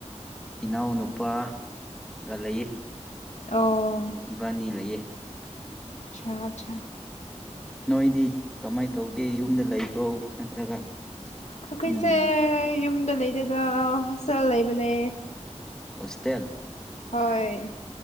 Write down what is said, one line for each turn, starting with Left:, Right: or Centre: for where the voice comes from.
Centre: ꯏꯅꯥꯎꯅꯨꯄꯥꯒ ꯂꯩꯌꯦ
Left: ꯑꯣ
Centre: ꯏꯕꯥꯅꯤ ꯂꯩꯌꯦ
Left: ꯑꯠꯆꯥ ꯆꯥ
Centre: ꯅꯣꯏꯗꯤ ꯀꯃꯥꯏ ꯇꯧꯒꯦ ꯌꯨꯝꯗ ꯂꯩꯕ꯭ꯔꯣ ꯅꯠꯇ꯭ꯔꯒ
Left: ꯑꯩꯈꯣꯏꯁꯦ
Centre: ꯎꯝ
Left: ꯌꯨꯝꯗ ꯂꯩꯇꯦꯗ ꯍꯣꯁꯇꯦꯜ ꯂꯩꯕꯅꯦ
Centre: ꯍꯣꯁꯇꯦꯜ
Left: ꯍꯣꯏ